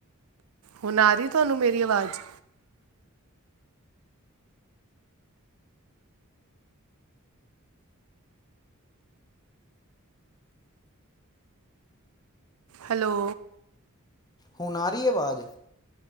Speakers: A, on the right (about 80°); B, on the left (about 20°).
A: ਹੁਣ ਆ ਰੀ ਤੁਹਾਨੂੰ ਮੇਰੀ ਅਵਾਜ਼? ਹੈਲੋ!
B: ਹੁਣ ਆ ਰੀ ਅਵਾਜ਼?